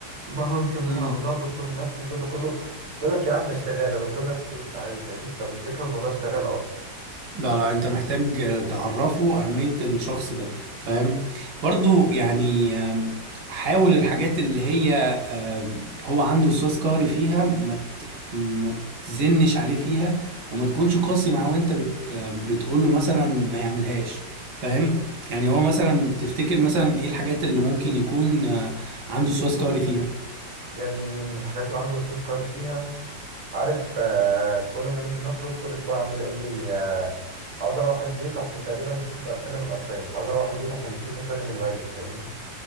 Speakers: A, on the right; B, on the right.
A: مهما نتكلم
B: مم.
A: عن موضوع الدكتور النفسي والجو ده كله بيقول لك يا عم ده اشتغاله دكتور نفسي ايه وبتاع ايه فاهمني فبيفتكروا الموضوع اشتغاله اصلا
B: لا لا انت محتاج آه، تعرفه اهمية الشخص ده فاهم برضو يعني آم، حاول الحاجات اللي هي آه، هو عنده وسواس قهري فيها ما ت- ما تزنش عليه فيها وما تكونش قاسي معاه وانت بت بتقول له مثلا ما يعملهاش فاهم يعني هو مثلا تفتكر مثلا ايه الحاجات اللي ممكن يكون آه، عنده وسواس قهري فيها
A: يعني من الحاجات اللي عنده وسواس قهري فيها عارف آه، كل ما نيجي نخرج كل شوية عمال يقول لي آه، عاوز اروح البيت عشان تقريبا نسيت اسلم الاسايمنت عاوز اروح البيت عشان نسيت اسلم الواجب فاهمني